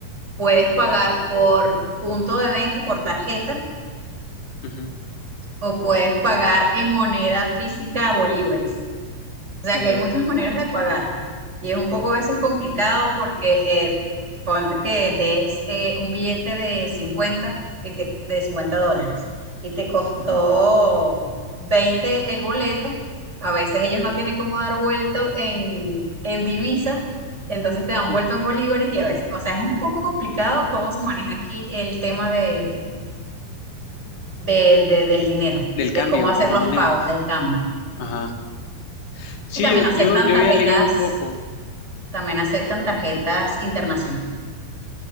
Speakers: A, on the right; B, on the left.
A: puedes pagar por punto de venta, por tarjeta,
B: ujú,
A: o puedes pagar en moneda física a bolívares. O sea
B: ujú,
A: que hay muchas maneras de pagar y es un poco a veces complicado porque eh, ponte que des eh, un billete de 50 y te, de 50 dólares y te costó
B: ujú,
A: 20 el boleto. A veces ellos no tienen cómo dar vuelto en, en divisa, entonces te dan vuelto
B: ujú.
A: en bolívares y a veces, o sea, es un poco complicado cómo se maneja aquí el tema de, de- de- del dinero,
B: Del
A: de
B: cambio
A: cómo hacer
B: de
A: los
B: moneda.
A: pagos del cambio.
B: Ajá. Sí,
A: Y también
B: yo,
A: aceptan
B: yo, yo
A: tarjetas
B: había leído un poco.
A: También aceptan tarjetas internacionales.